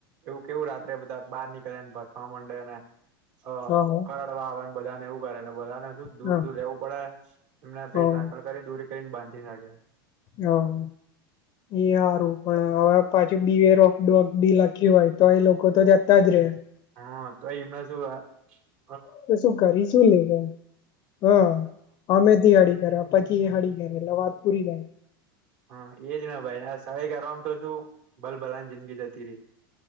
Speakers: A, on the right (about 65°); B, on the left (about 30°).
A: એવું કેવું રાત્રે બધા બહાર નીકળેને ભસવા માંડેને હ
B: હા
A: કરડવા આવેને બધા ને એવું કરે બધાને શું દૂર
B: હા
A: દૂર રવું પડે અને પછી
B: હા
A: સાકળ કરી દોરી કરીને બાંધી નાખે
B: હમ એ સારું પણ હવે પાછું બીવેર ઓફ ડોગ બી લખ્યું હોય તો એ લોકો તો જતા જ રે
A: હા તો એ <unintelligible>
B: તો શું કરી શું લેશો હા હામેથી અડી ર પછી એ હળી ઘરે એટલે વાત પૂરી થાય
A: હા એજ ના ભાઈ આ સહી કરવામાં તો શું ભલ ભલાની જિંદગી જતી રહી